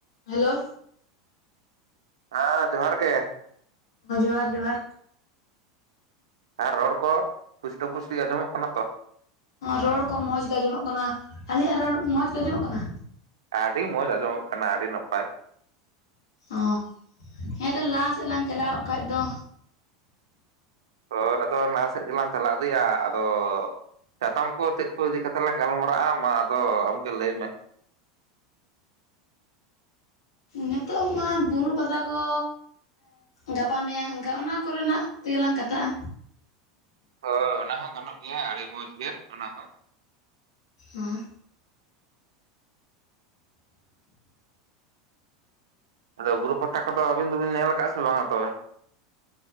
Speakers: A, on the left; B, on the right.
A: Hello
B: ᱦᱮᱸ ᱡᱚᱦᱟᱨ ᱜᱮ
A: ᱦ ᱡᱚᱦᱟᱨ ᱡᱚᱦᱟᱨ
B: ᱟᱨ ᱨᱚᱲ ᱠᱚ ᱯᱩᱥᱴᱟᱹ ᱯᱩᱥᱴᱤ ᱟᱸᱡᱚᱢᱚᱜ ᱠᱟᱱᱟ ᱛᱚ?
A: ᱨᱚᱲ ᱠᱚ ᱢᱚᱸᱡᱽ ᱜᱮ ᱟᱸᱡᱚᱢᱚᱜ ᱠᱟᱱᱟ ᱟᱞᱤᱧᱟᱜ ᱨᱚᱲ ᱢᱚᱸᱡᱽ ᱜᱮ ᱟᱸᱡᱚᱢᱚᱜ ᱠᱟᱱᱟ?
B: ᱟᱹᱰᱤ ᱢᱚᱡᱽ ᱟᱸᱡᱚᱢᱚᱜ ᱠᱟᱱᱟ ᱟᱹᱰᱤ ᱱᱟᱯᱟᱭ
A: ᱚ ᱦᱮᱸ ᱛᱟᱦᱞᱮ ᱞᱟᱦᱟ ᱥᱮᱫ ᱞᱟᱝ ᱪᱟᱞᱟᱣᱚᱜ ᱠᱷᱟᱱ ᱫᱚ
B: ᱦᱳᱭ ᱟᱫᱚ ᱞᱟᱦᱟ ᱥᱮᱫ ᱜᱮᱞᱟᱝ ᱪᱟᱞᱟᱣ ᱤᱫᱤᱭᱟ ᱟᱫᱚ ᱥᱟᱛᱟᱢ ᱠᱚ ᱪᱮᱫ᱾ ᱤᱫᱤ ᱠᱟᱛᱮ ᱞᱟᱝ ᱜᱟᱞᱢᱟᱨᱟᱜᱼᱟ ᱢᱟ ᱟᱫᱚ ᱟᱢᱜᱮ ᱞᱟᱹᱭ ᱢᱮ
A: ᱱᱤᱛᱚᱜ ᱢᱟ ᱵᱩᱨᱩ ᱯᱟᱛᱟ ᱠᱚ ᱜᱟᱯᱟ ᱢᱮᱭᱟᱝ ᱤᱱᱠᱟ ᱚᱱᱟ ᱠᱚᱨᱮᱱᱟᱜ ᱛᱮᱜᱮᱞᱟᱝ ᱠᱟᱛᱷᱟᱜᱼᱟ᱾
B: ᱦ ᱚᱱᱟ ᱦᱚᱸ ᱜᱟᱱᱚᱜ ᱜᱮᱭᱟ ᱟᱹᱰᱤ ᱢᱚᱸᱡᱽ ᱜᱮ ᱚᱱᱟ ᱦᱚᱸ᱾
A: ᱦ
B: ᱟᱫᱚ ᱵᱩᱨᱩ ᱯᱟᱛᱟ ᱠᱚᱫᱚ ᱟᱵᱤᱱ ᱫᱚᱵᱤᱱ ᱧᱮᱞ ᱟᱠᱟᱫᱼᱟ ᱥᱮ ᱵᱟᱝ ᱟᱫᱚ